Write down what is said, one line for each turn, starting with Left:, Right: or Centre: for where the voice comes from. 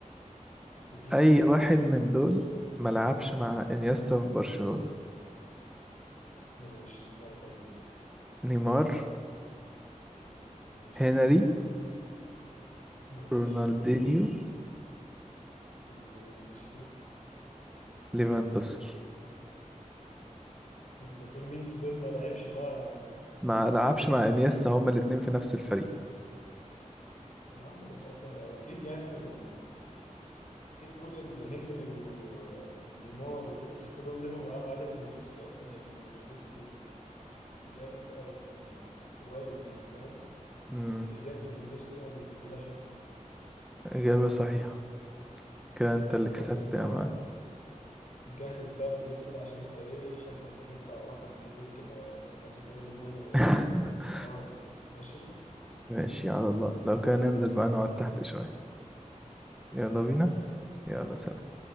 Left: اديني
Centre: اي
Left: سؤال اديني
Centre: واحد
Left: سؤال
Centre: من دول ملعبش مع انيستا في برشلونة
Left: ماشي سؤال حلو ده.
Centre: نيمار
Left: ماشي
Centre: هنري
Left: ماشي
Centre: رونالدينيو
Left: ماشي
Centre: ليفاندوسكي
Left: انت بتقول مين في دول ما لعبش مع
Centre: ما
Left: في
Centre: لعبش
Left: انيستا
Centre: مع انيستا هما الاتنين في نفس الفريق
Left: يا عم ده سؤال سهل او اكيد يعني اكيد كل اللي هنري و- وليمار ودول أكيد كلهم لعبوا معاه ما عدا ليفاندوسكي اصلا اللي ليفاندوسكي جاب في الف يعني قريب يعني فاهم
Centre: امم
Left: اجابه ليفاندوسكي يعني بلا شك
Centre: إجابة صحيحة كده انت اللي كسبت
Left: بص انت
Centre: يا مان
Left: جهز بقى الفلوس كده عشان انت ايه شكلك هتدفع رقم كبير كده هتتعزم يعني
Centre: <laughs>
Left: خلاص ماشي
Centre: ماشي على الله لو كان ننزل بقى نقعد تحت شوية يلا
Left: يلا
Centre: بينا
Left: اتفقنا
Centre: يلا سلام